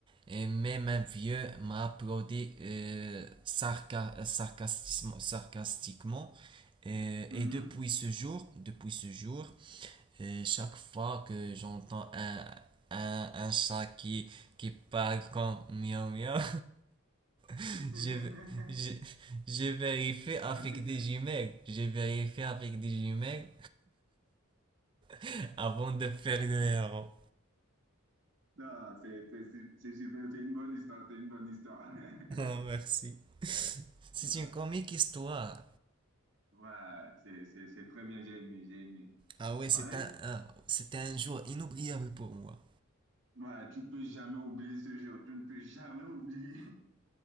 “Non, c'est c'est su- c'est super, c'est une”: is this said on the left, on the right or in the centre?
Right